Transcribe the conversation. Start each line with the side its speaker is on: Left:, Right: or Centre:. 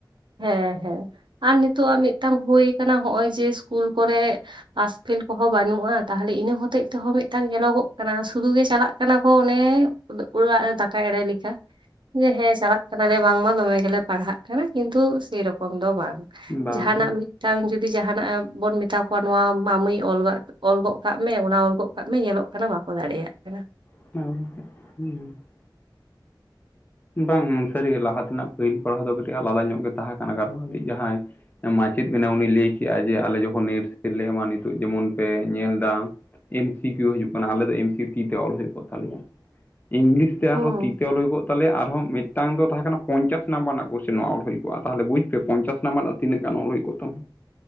Right: ᱦᱮᱸ ᱦᱮᱸ ᱟᱨ ᱱᱤᱛᱚᱜ ᱟᱜ ᱢᱤᱫᱴᱟᱝ ᱦᱳᱭ ᱟᱠᱟᱱᱟ ᱱᱚᱜ ᱚᱚᱭ ᱡᱮ ᱤᱥᱠᱩᱞ ᱠᱚᱨᱮ ᱯᱷᱟᱥ ᱯᱷᱮᱞ ᱠᱚᱦᱚᱸ ᱵᱟᱹᱱᱩᱜᱼᱟ ᱛᱟᱦᱞᱮ ᱤᱱᱟᱹ ᱦᱚᱛᱮᱜ ᱛᱮᱦᱚᱸ ᱢᱤᱫᱴᱟᱝ ᱧᱮᱞᱚᱜᱚᱜ ᱠᱟᱱᱟ ᱥᱩᱫᱷᱩ ᱜᱮ ᱪᱟᱞᱟᱜ ᱠᱟᱱᱟ ᱠᱚ ᱚᱱᱮ ᱟᱫᱚ ᱚᱲᱟᱜ ᱨᱮ ᱫᱟᱠᱟ ᱮᱲᱮ ᱞᱮᱠᱟ ᱡᱮ ᱦᱮᱸ ᱪᱟᱞᱟᱜ ᱠᱟᱱᱟᱞᱮ ᱵᱟᱝᱢᱟ ᱫᱚᱢᱮ ᱜᱮᱞᱮ ᱯᱟᱲᱦᱟᱜ ᱠᱟᱱᱟ ᱠᱤᱱᱛᱩ ᱥᱮᱨᱚᱠᱚᱢ ᱫᱚ ᱵᱟᱝ
Left: ᱵᱟᱝ
Right: ᱡᱟᱦᱟᱱᱟᱜ
Left: ᱦᱮᱸ
Right: ᱢᱤᱫ ᱢᱤᱫᱴᱟᱝ ᱡᱩᱫᱤ ᱡᱟᱦᱟᱱᱟᱜ ᱵᱚᱱ ᱢᱮᱛᱟ ᱠᱚᱣᱟ ᱱᱚᱣᱟ ᱢᱟ ᱢᱟᱹᱭ ᱚᱞ ᱜᱚᱜ ᱠᱟᱜ ᱢᱮ ᱚᱱᱟ ᱚᱞ ᱜᱚᱫ ᱠᱟᱜ ᱠᱟᱜ ᱢᱮ ᱧᱮᱞᱚᱜ ᱠᱟᱱᱟ ᱵᱟᱠᱚ ᱫᱟᱲᱮᱭᱟᱜ ᱠᱟᱱᱟ
Left: <unintelligible> ᱵᱟᱝ ᱥᱟᱹᱨᱤ ᱜᱮ ᱞᱟᱦᱟ ᱛᱮᱱᱟᱜ ᱯᱟᱹᱦᱤᱞ ᱯᱟᱲᱦᱟᱣ ᱫᱚ ᱠᱟᱹᱴᱤᱡ ᱟᱞᱟᱫᱟ ᱧᱚᱜ ᱜᱮ ᱛᱟᱦᱮᱸ ᱠᱟᱱᱟ ᱠᱟᱨᱚᱱ ᱡᱟᱦᱟᱸᱭ ᱢᱟᱪᱮᱫ ᱵᱮᱱᱟ ᱩᱱᱤ ᱞᱟᱹᱭ ᱠᱮᱫᱮᱜᱼᱟ ᱡᱮ ᱟᱞᱮ ᱡᱚᱠᱷᱚᱱ ᱱᱮᱹᱴ ᱥᱮᱹᱴ ᱞᱮ ᱮᱢᱟ ᱱᱤᱛᱚᱜ ᱡᱮᱢᱚᱱ ᱯᱮ ᱧᱮᱞᱫᱟ ᱮᱢ ᱥᱤ ᱠᱤᱭᱩ ᱦᱤᱡᱩᱜ ᱠᱟᱱᱟ ᱟᱞᱮ ᱫᱚ ᱮᱢ ᱥᱤ ᱛᱤ ᱛᱮ ᱚᱞ ᱦᱩᱭ ᱠᱚᱜ ᱛᱟᱞᱮᱭᱟ ᱤᱝᱞᱤᱥ ᱛᱮ
Right: ᱦᱩᱸ
Left: ᱟᱨᱦᱚᱸ ᱛᱤ ᱛᱮ ᱚᱞ ᱦᱚᱭᱠᱚᱜ ᱛᱟᱦᱞᱮ ᱟᱨᱦᱚᱸ ᱢᱤᱫᱴᱟᱝ ᱫᱚ ᱛᱟᱦᱮᱸ ᱠᱟᱱᱟ ᱯᱚᱧᱪᱟᱥ ᱱᱟᱢᱵᱟᱨ ᱨᱮᱱᱟᱜ ᱠᱚᱥᱮᱱ ᱱᱚᱣᱟ ᱚᱞ ᱦᱩᱭ ᱠᱚᱜᱼᱟ ᱛᱟᱦᱞᱮ ᱵᱩᱡᱽ ᱯᱮ ᱯᱚᱧᱪᱟᱥ <unintelligible> ᱛᱤᱱᱟᱹ ᱜᱟᱱ ᱚᱞ ᱦᱩᱭ ᱠᱚᱜ ᱛᱟᱢᱟ